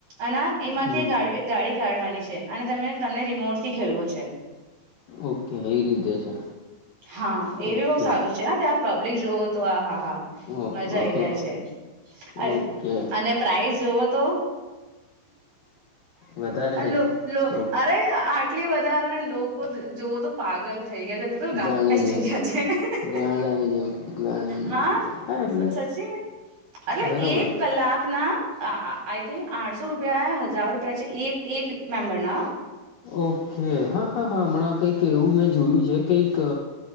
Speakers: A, on the right; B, on the left.
A: અને એમાંથી
B: હમ
A: ગાડ ગાડી કાઢવાની છે. અને તમે તમને રિમોટ થી ખેલવો છે.
B: ઓકે એ રીતેે છે.
A: હા એ
B: ઓકે
A: બી બઉ સારું છે ત્યાં પબ્લિક જોવો તો આ હા, હા
B: ઓહ
A: મજા
B: ઓહ
A: આઈ જાય
B: ઓહ.
A: છે. અરે
B: ઓકે
A: અને પ્રઇઝ જોવો તો
B: વધારે
A: લો લો
B: ઓકે
A: અરે આ એટલી વધારે ને લોકો જોવો તો પાગલ થઈ ગયા છે બિલકુલ
B: ગાંડાની
A: ગાંડા અચ્છા
B: જેમ
A: અછ
B: ગાંડાની જેમ ગાંડાની
A: હા
B: જેમ હા એટલે
A: સચી મે અલ
B: બરાબર
A: એક કલાક આઈ થિંક આઠસો રૂપયા હજાર રૂપિયા એક મેમબર ના
B: ઓકે હા હા હા હમણાં કંઈક એવું મેં જોયું છે કઈક